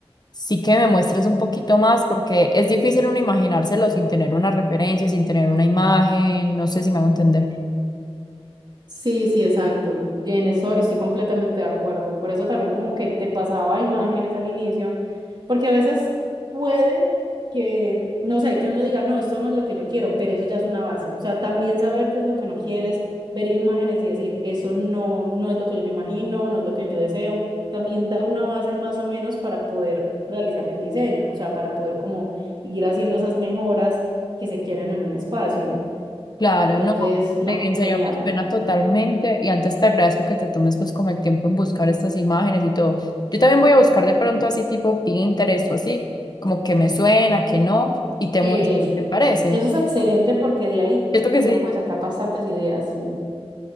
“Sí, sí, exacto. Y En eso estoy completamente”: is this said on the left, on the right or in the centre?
Right